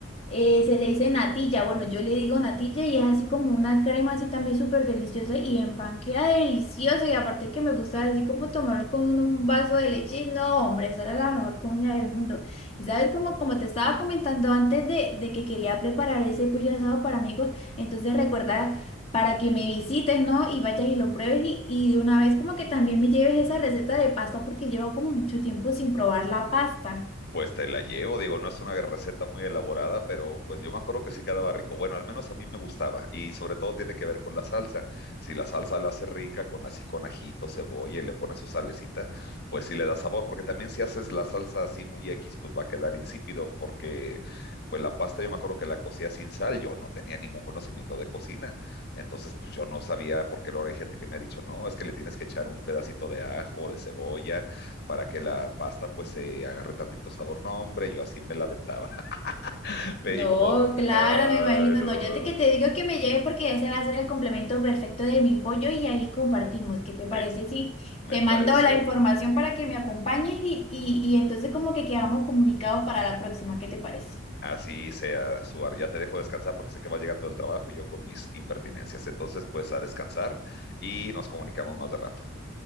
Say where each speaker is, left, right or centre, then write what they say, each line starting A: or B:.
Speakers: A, on the left (about 30°); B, on the left (about 55°).
A: eh, se le dice natilla, bueno, yo le digo natilla y es así como una crema así también súper deliciosa y en delicioso y aparte que me gusta así como tomar con un vaso de leche, no, hombre, esa era la mejor comida del mundo. Y sabes, como, como te estaba comentando antes de, de que quería preparar ese pollo asado para amigos, entonces recuerda... para que me visites, ¿no? Y vayas y lo pruebes y, y de una vez como que también me lleves esa receta de pasta porque llevo como mucho tiempo sin probar la pasta.
B: Pues te la llevo, digo, no es una receta muy elaborada, pero pues yo me acuerdo que sí quedaba rico. Bueno, al menos a mí me gustaba y sobre todo tiene que ver con la salsa. Si la salsa la hace rica con así con ajito, cebolla y le pones su salecita, pues sí le da sabor, porque también si haces la salsa así muy X, pues va a quedar insípido, porque pues la pasta yo me acuerdo que la cocía sin sal, yo no tenía ningún conocimiento de cocina, entonces pues yo no sabía, porque luego hay gente que me ha dicho, no, es que le tienes que echar un pedacito de ajo, de cebolla para que la pasta pues se agarre tantito sabor. No, hombre, yo así me la aventaba. <laughs> Pe-
A: No,
B: Y como,
A: claro,
B: ay,
A: me imagino.
B: no,
A: No, yo te, que te digo que me lleves porque ese va a ser el complemento perfecto de mi pollo y ahí compartimos. ¿Qué te parece
B: ex,
A: si
B: me
A: te
B: parece,
A: mando la información para que me acompañes y, y, y entonces como que quedamos comunicados para la próxima? ¿Qué te parece?
B: así sea, Suar, ya te dejo descansar porque sé que va llegando el trabajo y yo con mis impertinencias. Entonces, pues a descansar y nos comunicamos más de rato.